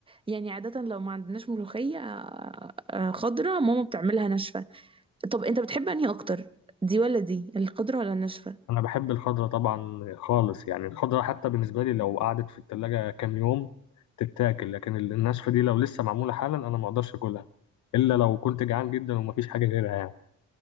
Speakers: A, on the right; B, on the left.
A: يعني عاده لو ما عندناش ملوخيه آه، آه، خضره ماما بتعملها ناشفه طب انت بتحب انهي اكتر دي ولا دي الخضرة ولا الناشفة
B: أنا بحب الخضراء طبعا خالص يعني الخضراء حتى بالنسبة لي لو قعدت في التلاجة كام يوم تتاكل لكن ال- الناشفة دي لو لسه معمولة حالا أنا ما أقدرش أكلها إلا لو كنت جعان جدا ومفيش حاجة غيرها يعني